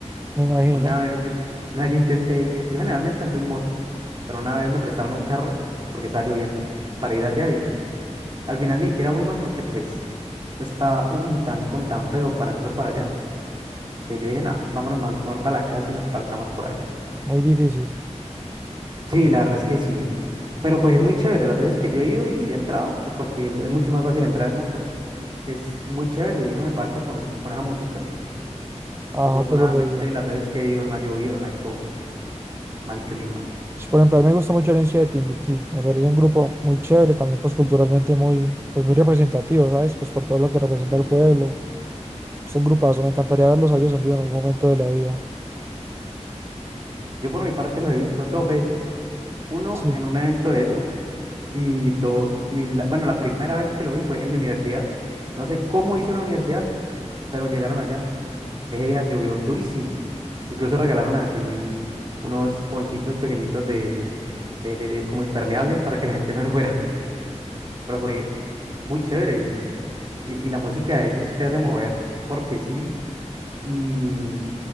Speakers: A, on the right (about 20°); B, on the right (about 40°).
A: Me imagino.
B: Una vez yo, una vez yo intenté ir, yo generalmente ando en moto, pero una vez me prestaron un carro porque estaba lloviendo para ir allá y al final ni siquiera fuimos porque pues... Eso estaba un trancón tan feo para entrar para allá que yo dije, no, vámonos ma- mejor para la casa y nos parchamos por allá.
A: Muy difícil.
B: Sí, la verdad es que sí. Pero pues es muy chévere. Las veces que yo he ido y he entrado, pues porque es mucho más fácil entrar en moto, es muy chévere y uno se parcha con, con esa música.
A: Ajá,
B: Afortunadamente,
A: pero re bien.
B: las veces que he ido no ha llovido, no ha hecho mal clima.
A: Sí, Por ejemplo, a mí me gusta mucho Herencia de Timbiquí. Me parece un grupo muy chévere, también pues culturalmente muy, pues muy representativo, ¿sabes? Pues por todo lo que representa
B: Ujú.
A: el pueblo. Es un grupazo. Me encantaría verlos a ellos en vivo en algún momento de la vida.
B: Yo por mi parte los he visto dos veces. Uno
A: Sí.
B: en un evento de esos y dos, y la- bueno, la primera vez que lo vi fue en mi universidad. No sé cómo hizo la universidad, pero llegaron allá. Ese día llovió durísimo. Incluso regalaron así unos ponchitos pequeñitos de, de, de- de- como impermeables para que la gente <laughs> no se fuera. <laughs> Pero fue muy chévere y, y, y la música de ellos te hace mover porque sí. Y,